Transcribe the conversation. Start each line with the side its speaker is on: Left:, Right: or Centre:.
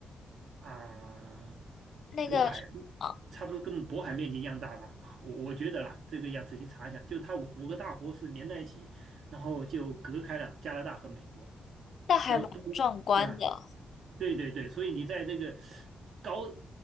Right: 啊，
Left: 那个啊，
Right: 渤海差不多跟渤海面积一样大吧，我我觉得啦，这个要仔细查一下。就它五五个大湖是连在一起，然后就隔开了加拿大和美国，
Left: 那还蛮壮观的。
Right: 然后东，嗯，对对对，所以你在这个高，